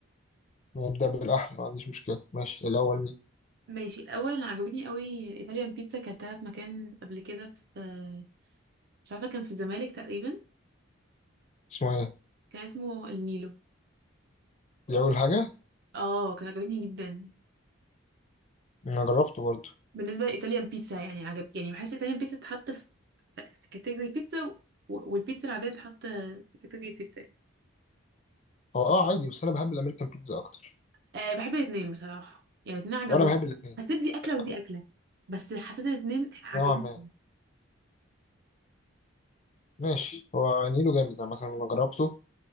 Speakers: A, on the left (about 35°); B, on the right (about 50°).
A: نبدأ بالأحلى ما عنديش مشكلة ماشي الأول مين
B: ماشي الأول اللي عجبتني قوي الإيطاليان بيتزا كلتها في مكان قبل كده في آه، مش عارفة كان في الزمالك تقريبا
A: اسمه إيه
B: كان اسمه النيلو
A: دي أول حاجة
B: اه كانت عجبتني جدا
A: أنا جربته برضه
B: بالنسبه لايطاليان بيتزا يعني عجب يعني بحس الايطاليان بيتزا تتحط في في كاتيجوري بيتزا و- والبيتزا العاديه تتحط في كاتيجوري بيتزا
A: هو أه عادي بس أنا بحب الأمريكان بيتزا أكتر
B: أه بحب الاثنين بصراحه يعني الاثنين عجبوني
A: وأنا بحب الاتنين
B: حسيت دي اكله ودي
A: بس
B: اكله بس حسيت ان الاثنين عجبوني
A: نوعا ما ماشي هو نيله جامد يعني مثلا أنا جربته